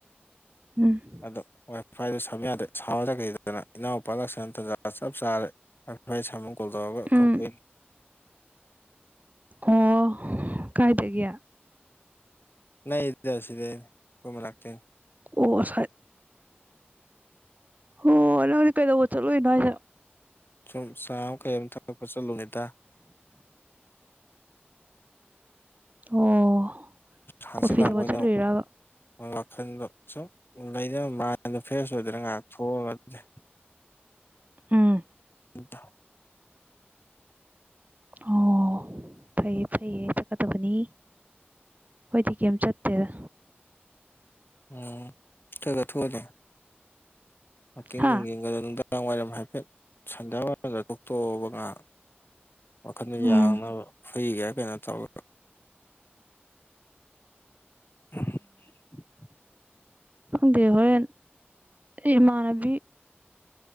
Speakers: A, on the right; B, on the left.
A: ꯎꯝ
B: ꯑꯗꯣ ꯋꯥꯢ ꯐꯥꯏꯗꯣ ꯁꯝ ꯌꯥꯗ꯭ꯔꯦ ꯁꯥꯎꯔ ꯆꯠꯒꯔꯦ ꯏꯅꯥꯎꯄꯥꯒ ꯁ <inaudible> ꯇꯟꯖꯥ ꯆꯞ ꯆꯥꯔꯦ ꯑꯣꯏ ꯁꯃꯨ ꯀꯣꯜ ꯇꯧꯑꯒ
A: ꯎꯝ
B: ꯀꯧꯗꯣꯏ <inaudible>
A: ꯑꯣ ꯀꯥꯏꯗꯒꯤ
B: ꯅꯥꯛꯢꯗꯥ ꯌꯥꯝꯅꯥ ꯑꯩꯈꯣꯣ ꯃꯅꯛꯇꯒꯤꯅꯦ
A: ꯑꯣ ꯁꯥꯏ ꯍꯣ ꯅꯪꯗꯤ ꯀꯩꯗꯧꯕ ꯆꯠꯂꯨꯏꯅꯣ ꯍꯥꯏꯁꯦ
B: ꯁꯨꯝ ꯆꯥ ꯑꯃ ꯀꯩ ꯑꯃ ꯊꯛꯄ ꯆꯠꯂꯨꯕꯅꯤꯗ
A: ꯑꯣ
B: ꯍꯥꯡꯖꯤꯛ
A: ꯀꯣꯐꯤ
B: ꯂꯥꯡꯕ
A: ꯊꯛꯄ
B: ꯑꯣꯢꯅ
A: ꯆꯠꯂꯨꯏꯔꯕ
B: ꯋꯥꯈꯜꯗꯣ ꯁꯨꯝ ꯂꯩꯅꯕ ꯃꯜꯗ ꯐ꯭ꯔꯦꯁ ꯑꯣꯏꯗ꯭ꯔꯅ ꯉꯥꯏꯍꯥꯛ ꯊꯣꯛꯑꯒ ꯑꯗꯨꯗꯤ
A: ꯎꯝ
B: ꯊ
A: ꯑꯣ ꯐꯩꯌꯦ ꯐꯩꯌꯦ ꯆꯠꯀꯗꯕꯅꯤ ꯑꯩꯈꯣꯏꯗꯤ ꯀꯩꯝ ꯆꯠꯇꯦꯗ
B: ꯎꯝ ꯊꯣꯏꯒ ꯊꯣ ꯑꯅꯦꯦ ꯋꯥꯥꯛꯀꯤꯡ
A: ꯍꯥ
B: ꯅꯨꯡ ꯌꯦꯡꯒꯗꯣ ꯅꯨꯡꯗꯥꯡ ꯋꯥꯏꯔꯝ ꯍꯥꯏꯐꯦꯠ ꯁꯟꯗ ꯋꯥꯏꯔꯝꯗ ꯇꯣꯑꯕ ꯉ ꯋꯥꯈꯟꯗ ꯌꯥꯡꯅꯕ
A: ꯎꯝ
B: ꯐꯩꯒꯦꯔꯥ ꯀꯩꯅꯣ ꯇꯧꯋꯦ <unintelligible>
A: ꯗ ꯍꯣꯏ ꯏꯃꯅꯕꯤ